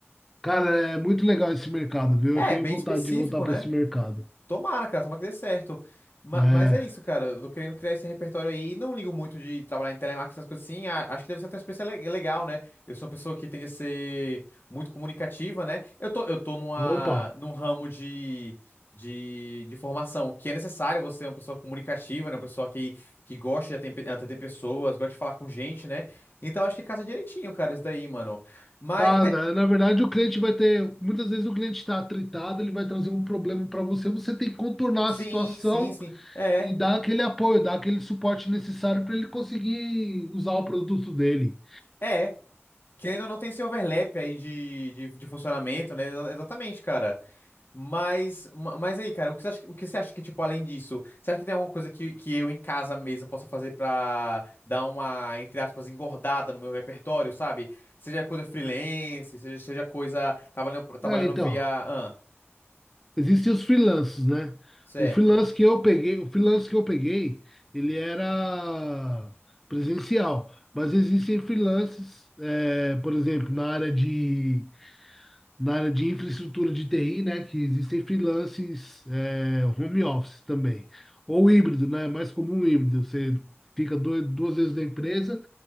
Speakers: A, in the centre; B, on the left (about 50°).
A: Cara, é muito legal esse mercado, viu?
B: É,
A: Eu tenho
B: bem
A: vontade
B: específico,
A: de voltar para
B: né?
A: esse mercado.
B: Tomara, cara, tomara que dê certo. Ma-
A: É.
B: Mas é isso, cara. Eu tô querendo criar esse repertório aí. e Não ligo muito de trabalhar em telemarketing, essas coisas assim. A- Acho que deve ser até uma experiência le- legal, né? Eu sou uma pessoa que tende a ser muito comunicativa, né? Eu tô, eu tô numa,
A: Opa.
B: num ramo de, de, de formação que é necessário você ser uma pessoa comunicativa, né? Uma pessoa que, que gosta de atem- atender pessoas, gosta de falar com gente, né? Então acho que casa direitinho, cara, isso daí, mano. Mas,
A: Cara,
B: mas
A: na verdade o cliente vai ter. Muitas vezes o cliente está tritado, ele vai trazer um problema para você. Você tem que contornar
B: sim,
A: a situação
B: sim, sim. É.
A: e dar aquele apoio, dar aquele suporte necessário para ele conseguir usar o produto dele.
B: É, Querendo ou não, tem esse overlap aí de, de, de funcionamento, né? Exa- Exatamente, cara. Mas, ma- mas aí, cara, o que você acha, o que você acha que, tipo, além disso, você acha que tem alguma coisa que, que eu em casa mesmo possa fazer pra dar uma, entre aspas, engordada no meu repertório, sabe? Seja coisa freelance, seja, seja coisa trabalhando, trabalhando
A: É, então.
B: via. Ah,
A: Existem os freelances, né?
B: certo.
A: O freelance que eu peguei, o freelance que eu peguei, ele era presencial, mas existem freelances, é, por exemplo, na área de na área de infraestrutura de TI, né? Que existem freelances, é, home office também, ou híbrido, né? É Mais comum híbrido, você fica dois, duas vezes na empresa